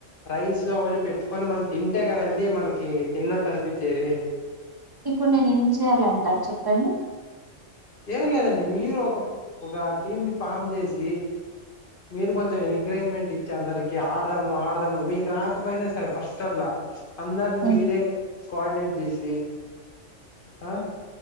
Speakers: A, on the left; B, on the right.
A: రైస్ అవన్నీ పెట్టుకొని మనం తింటే కదండీ మనకి తిన్నట్టు అనిపించేది
B: ఇప్పుడు నేను ఏం చేయాల అంటారు చెప్పండి
A: ఏం లేదండి మీరు ఒక ఒక టీమ్ ని పామ్ చేసి మీరు కొంచెం ఎంకరేజ్మెంట్ ఇచ్చి అందరికి ఆడదాము ఆడదాము మీకు రాకపోయినా సరే ఫస్ట్ అట్లా అందరిని
B: హ్మ్.
A: మీరే కో ఆర్డినేట్ చేసి ఆ